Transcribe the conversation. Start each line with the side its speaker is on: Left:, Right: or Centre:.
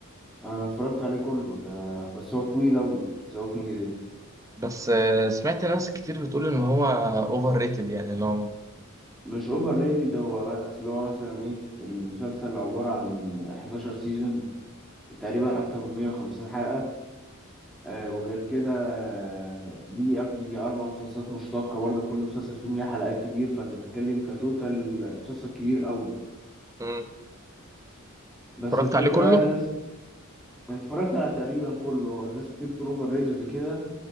Centre: انا اتفرجت عليه كله ده بس هو طويل اوي ذا ووكينج ديد
Right: بس آه، سمعت ناس كتير بتقول ان هو اوفر ريتد يعني اللي هو
Centre: مش اوفر ريتد هو بقى- اصل هو مثلا ايه المسلسل عباره عن 11 سيزون تقريبا اكتر من 150 حلقه آه، وغير كده آه، ليه أك- يجي أربع مسلسلات مشتقة برضه كل مسلسل فيهم ليه حلقات كتير فأنت بتتكلم كتوتال مسلسل كبير أوي
Right: مم.
Centre: بس
Right: اتفرجت
Centre: الفكرة
Right: عليه كله
Centre: الناس أنا اتفرجت على تقريبا كله آه، الناس كتير بتقول أوفر ريتد كده